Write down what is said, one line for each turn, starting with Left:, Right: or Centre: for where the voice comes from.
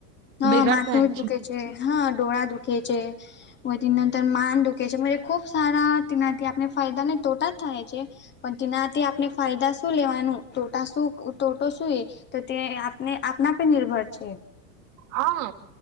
Left: હા
Right: બિગાડ
Left: માં
Right: થાય
Left: છે હા ડોળા દુખે છે. વધી તે નંતર માન દુખે છે ખુબ સારા તેનાથી આપડે ફાયદા ને તોટા જ થાય છે. પણ તેનાથી આપને ફાયદા શું લેવાનું ટોટા શું તોટો શું એ તો તે આપને આપના પર નિર્ભર છે.
Right: હા